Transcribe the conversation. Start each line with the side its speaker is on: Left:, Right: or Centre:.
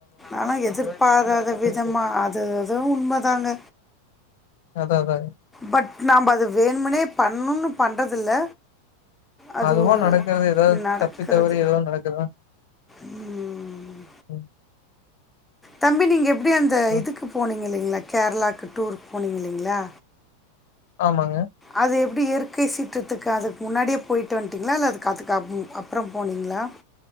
Centre: ஆனா எதிர்பாராத விதமா அது அதுவு உண்மதாங்க
Left: அதா அதாங்க
Centre: பட் நாம்ப அது வேணுமுனே பண்ணுனு பண் றதில்ல அது
Left: அதுவா
Centre: ஒரு
Left: நடக்கறது ஏதாவது
Centre: நடக்குறது
Left: தப்பி தவறி ஏதோ நடக்குதா
Centre: உம்
Left: ம்
Centre: தம்பி நீங்க எப்டி அந்த
Left: அ
Centre: இதுக்கு போனீங்களே ல்லிங்ளா கேரளாக்கு டூருக் போனீங்க இல்லிங்ளா
Left: ஆமாங்க
Centre: அது எப்டி இயற்கை சீற்றத்துக்கு அதுக்கு முன்னாடியே போயிட்டு வன்ட்டீங்களா இல்ல அதுக் அதுக்கப் ம் அப்றொ போனீங்களா